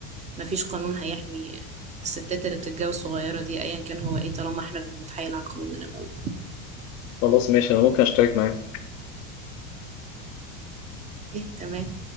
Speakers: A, on the right; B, on the left.
A: مفيش قانون هيحمي الستات اللي بتتجوز صغيرة دي ايا كان هو ايه طالما احنا اللي بنتحايل على القانون من الاول
B: خلاص ماشي انا ممكن اشترك معاك
A: اوكي تمام